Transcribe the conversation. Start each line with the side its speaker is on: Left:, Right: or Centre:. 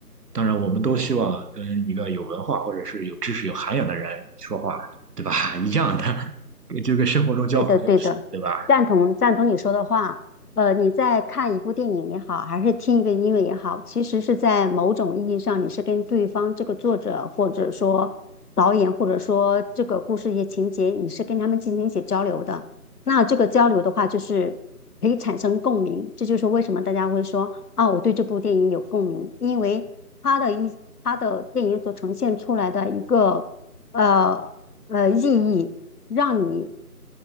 Right: 当然，我们都希望跟一个有文化或者是有知识、有涵养的人说话，对吧？<laughs> 一样的，<laughs> 就跟生活中交朋友似的，
Left: 对的，对的，
Right: 对吧？
Left: 赞同赞同你说的话。呃，你在看一部电影也好，还是听一个音乐也好，其实是在某种意义上，你是跟对方这个作者，或者说导演，或者说这个故事一些情节，你是跟他们进行一些交流的。那这个交流的话，就是可以产生共鸣。这就是为什么大家会说啊，我对这部电影有共鸣，因为他的一他的电影所呈现出来的一个呃。呃意义，让你